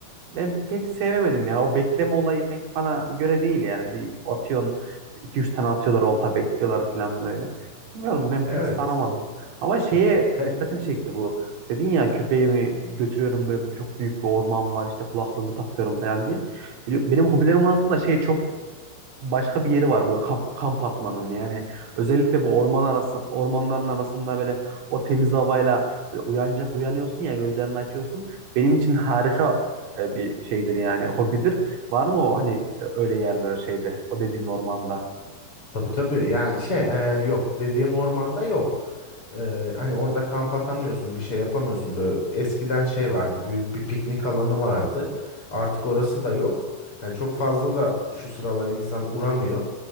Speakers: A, on the right; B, on the left.
A: Ben pek sevemedim yani o bekleme olayı pek bana göre değil yani bir atıyorsun işte iki üç tane atıyorlar olta bekliyorlar falan böyle. Bilmiyorum ben
B: Evet.
A: pek saramadım. Ama şeye
B: he.
A: dikkatimi çekti bu. Dedin ya köpeğimi götürüyorum böyle çok büyük bir orman var işte kulaklığımı takıyorum falan diye. Bili- Benim hobilerim arasında şey çok başka bir yeri var böyle kamp, kamp atmanın yani özellikle bu orman arası ormanların arasında böyle o temiz havayla böyle uyanacak uyanıyorsun ya gözlerini açıyorsun benim için harika e, bir şeydir yani hobidir var mı o hani e, öyle yerler şeyde o dediğin ormanda
B: Tabii tabii. Yani şey e, yok dediğim ormanda yok. E, hani orada kamp atamıyorsun, bir şey yapamıyorsun. Böyle eskiden şey vardı, büyük bir piknik alanı vardı. Artık orası da yok. Yani çok fazla da şu sıralar insan uğramıyor.